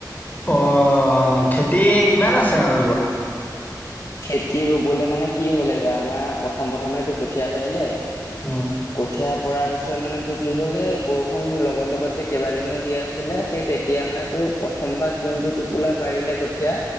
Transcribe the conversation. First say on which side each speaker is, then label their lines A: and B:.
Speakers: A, on the left; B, on the left.
A: আহ খেতি কিমান আছে আৰু ৰুবুলে?
B: খেতি ৰৰুবলৈ মানে কি হ'লে এই বা আমাৰ প্ৰথম প্ৰথমে তটো কঠীয়া পাৰিলে। কঠীয়া
A: উম,
B: পৰা পিছত মানে তোৰ কি হ'লে এই বৰষুণ লগত লগত যে কেইবাদিনো দি আছিলে সেই তেতিয়া মানে তোৰ প্ৰথম ভাগ যোনটো টোপোলা পাৰিলে কঠিয়